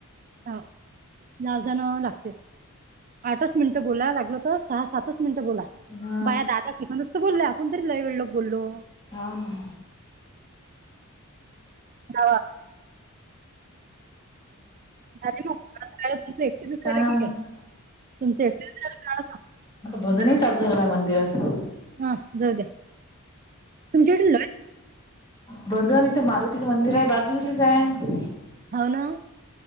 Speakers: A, on the right; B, on the left.
A: हा लावजण लागतेच आठच मिनिटं बोलायला लागल तर सहा सातच मिनटं बोला
B: हा
A: बाया दादा शिकवूनसतो बोलल आपण तरी लय वेेळो क बोललो
B: हा ना
A: दवा झाले मगयला तुमच एकटसचयला
B: सांगा
A: कठीक
B: मग
A: आहे तुमच एकटसयला.
B: भजन चालू झालं बाय मंदिरात!
A: हा जाऊ दे तुमच्याकडल
B: भजन इथं मारुतीचं मंदिर आहे बाजूलेच आहे.
A: हो ना